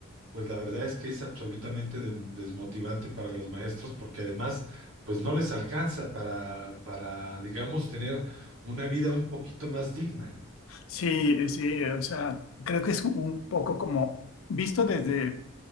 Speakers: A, on the right; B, on the left.
A: pues la verdad es que es absolutamente de- desmotivante para los maestros, porque además, pues no les alcanza para, para, digamos, tener una vida un poquito más digna.
B: sí, sí, o sea, creo que es un poco como visto desde